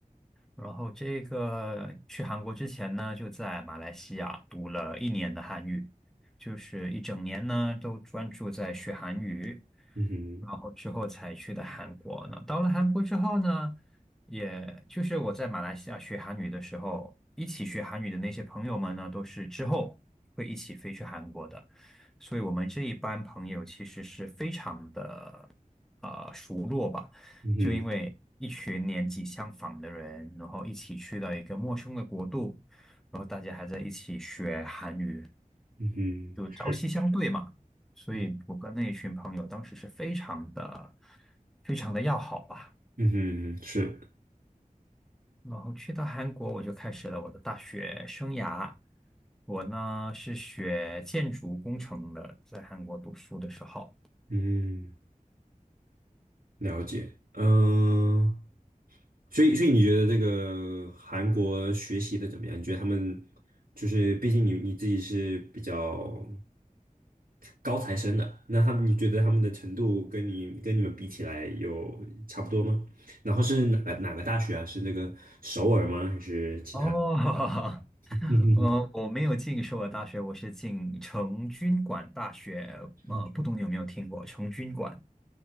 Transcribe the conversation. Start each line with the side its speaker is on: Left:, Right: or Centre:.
Centre: 然后这个去韩国之前呢，就在马来西亚读了一年的韩语，就是一整年呢都专注在学韩语，
Right: 嗯哼，
Centre: 然后之后才去的韩国呢。到了韩国之后呢，也就是我在马来西亚学韩语的时候，一起学韩语的那些朋友们呢，都是之后会一起飞去韩国的，所以我们这一班朋友其实是非常的。啊，熟络吧，
Right: 嗯哼，
Centre: 就因为一群年纪相仿的人，然后一起去到一个陌生的国度，然后大家还在一起学韩语，
Right: 嗯哼，
Centre: 就朝夕相对嘛。
Right: 是，
Centre: 所以我跟那一群朋友当时是非常的、
Right: 嗯
Centre: 非常的要好吧。
Right: 嗯哼，是。
Centre: 然后去到韩国，我就开始了我的大学生涯。我呢是学建筑工程的，在韩国读书的时候。
Right: 嗯，了解。嗯、所以，所以你觉得这个韩国学习的怎么样？你觉得他们就是，毕竟你你自己是比较高材生的，那他们你觉得他们的程度跟你跟你们比起来有差不多吗？然后是哪个哪个大学啊？是那个首尔吗？还是其他？
Centre: 哦，<laughs>
Right: <laughs>
Centre: 呃，我没有进首尔大学，我是进成均馆大学。
Right: 嗯
Centre: 呃，不懂你有没有听过成均馆？